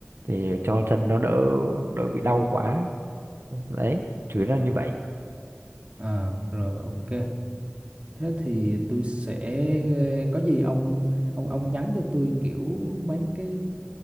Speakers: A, on the right; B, on the right.
A: thì cho chân nó đỡ đỡ bị đau quá đấy chủ yếu là như vậy
B: À, rồi ok. Thế thì tôi sẽ có gì ông ông ông nhắn cho tôi kiểu mấy cái